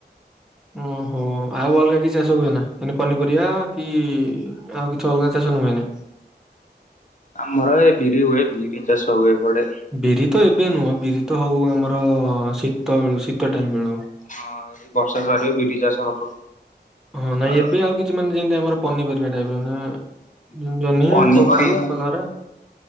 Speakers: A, in the centre; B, on the left.
A: ଓହୋ ଆଉ ଅଲଗା କିଛି ଚାଷ ହୁଏ ନା ମାନେ ପନିପରିବା କି ଆଉ କିଛି ଅଲଗା ଚାଷ ନୁହେନି।
B: ଆମର ଏ ବିରି ହୁଏ ବିରି ଚାଷ ହୁଏ ଏପଟେ।
A: ବିରି ତ ଏବେ ନୁହଁ ବିରି ତ ହଉ ଆମର ଶୀତ ବେଳୁ ଶୀତ ଟାଇମ ବେଳୁ।
B: ହଁ ଏ ବର୍ଷା ସାରି ବ ବିିରି ଚାଷ ହବ।
A: ହଁ ନାଇଁ
B: ଆର
A: ଏବେ ଆଉ କିଛି ମାନେ ଯେମତି ଆମର ପନିପରିବା ଟାଇପ ର ଜହ୍ନି
B: ପନିପରିବା
A: କଖାରୁ କଲରା